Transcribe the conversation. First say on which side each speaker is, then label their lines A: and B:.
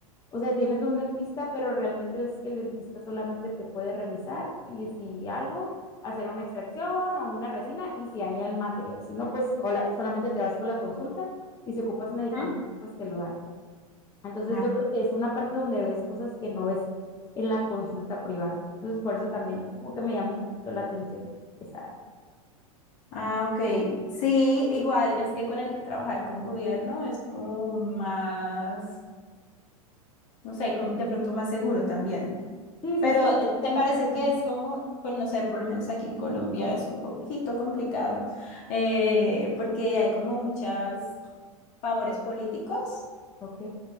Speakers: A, on the left (about 20°); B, on the left (about 45°).
A: o sea, tienen un dentista, pero realmente es que el dentista solamente te puede revisar y si algo, hacer una extracción o una resina y si hay el material. Si no, pues hola, solamente te vas con la consulta y si ocupas medicamento,
B: ¿Mm?
A: pues te lo dan. Entonces
B: Ah,
A: yo creo que es una parte donde ves cosas que no ves en la consulta privada. Entonces por eso también como que me llama un poquito la atención esa área.
B: ah, ok. Sí, igual, es que con el trabajar con gobierno es como más, no sé, como de pronto más seguro también.
A: Sí, sí,
B: Pero
A: sí, tienes
B: eh, ¿te
A: un
B: parece
A: ingreso
B: que
A: fijo.
B: es como, pues no sé, por lo menos aquí en Colombia es un poquito complicado, eh, porque hay como muchas favores políticos.
A: Ok,